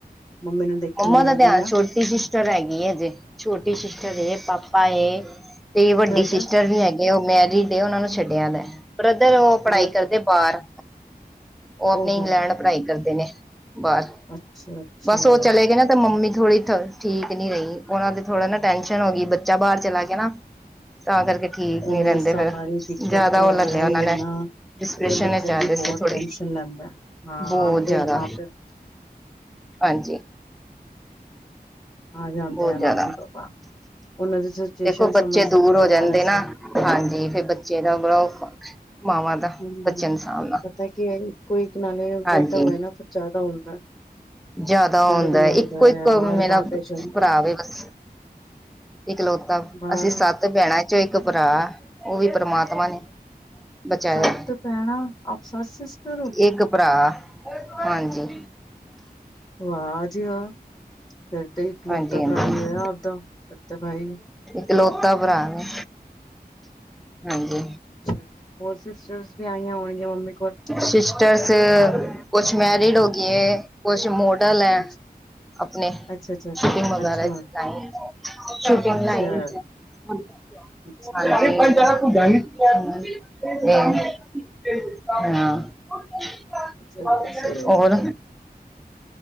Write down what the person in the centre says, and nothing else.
ਮੰਮਾ
ਦਾ
ਧਿਆਨ
ਛੋਟੀ ਸੀ। ਸ਼ਿਸਟਰ ਹੈਗੀ ਏ ਹਜੇ ਛੋਟੀ ਸ਼ਿਸਟਰ ਏ ਪਾਪਾ ਏ ਤੇ ਵੱਡੀ
ਸ਼ਿਸਟਰ। ਹੈਗੇ ਉਹ ਮੈਰਿਡ ਏ ਉਹਨਾਂ ਨੂੰ ਛੱਡਿਆ ਦ ਬ੍ਰਦਰ ਉਹ ਪੜ੍ਹਾਈ
ਕਰਦੇ ਬਾਹਰ। ਉਹ ਆਪਣੇ
ਇੰਗਲੈਂਡ ਪੜ੍ਹਾਈ ਕਰਦੇ ਨੇ ਬਾਹਰ
ਬਸ ਉਹ ਚਲੇ ਗਏ ਨਾ ਤਾਂ ਮੰਮੀ। ਥੋੜੀ ਠੀਕ ਨੀ ਰਹੀ। ਉਹਨਾ ਤੇ ਥੋੜਾ ਨਾ ਟੈਂਸ਼ਨ ਹੋਗੀ ਬੱਚਾ ਬਾਹਰ ਚਲਾ ਗਯਾ ਨਾ। ਤਾਂ ਕਰਕੇ ਠੀਕ
ਨੀ ਰਹਿੰਦੇ
ਫਿਰ
ਜ਼ਿਆਦਾ
ਉਹ
ਲੈ
ਲਿਆ ਉਹਨਾਂ ਨੇ
ਡਿਸਪ੍ਰੈਸ਼ਨ
ਚ ਆ
ਗਏ
ਸੀ ਥੋੜੇ
ਬਹੁਤ
ਜ਼ਿਆਦਾ
ਹਾਂਜੀ
ਬਹੁਤ ਜ਼ਿਆਦਾ
ਦੇਖੋ ਬੱਚੇ
ਦੂਰ ਹੋ
ਜਾਂਦੇ
ਨਾ ਹਾਂਜੀ ਫੇਰ ਬੱਚੇ ਦਾ ਬੜਾ ਔਖਾ ਮਾਵਾਂ ਦਾ
ਬੱਚੇ ਨੂੰ ਸਾਂਭਣਾ
ਹਾਂਜੀ
ਜਿਆਦਾ
ਹੁੰਦਾ
ਇੱਕੋ ਇੱਕ
ਮੇਰਾ
ਭਰਾ ਵੇ ਬਸ ਇਕਲੌਤਾ
ਅਸੀਂ ਸੱਤ ਭੈਣਾਂ <unintelligible> ਇੱਕ ਭਰਾ ਉਹ ਵੀ ਪਰਮਾਤਮਾ ਨੇ ਬਚਾਇਆ
ਇੱਕ ਭਰਾ ਹਾਂਜੀ।
ਹਾਂਜੀ ਹਾਂਜੀ
ਇਕਲੋਤਾ ਪ੍ਰਾ ਏ ਹਾਂਜੀ।
ਸ਼ਿਸਟਰ ਤੇ ਕੁਛ ਮੈਰਿਡ ਹੋਗੀ ਏ ਕੁਛ ਮੋਡਲ ਹੈ
ਆਪਣੇ
ਸ਼ੂਟਿੰਗ ਵਗੈਰਾ
ਚ ਲਾਈਨ ਸ਼ੂਟਿੰਗ
ਲਾਈਨ ਚ। <unintelligible>
<unintelligible>
ਹੋਰ?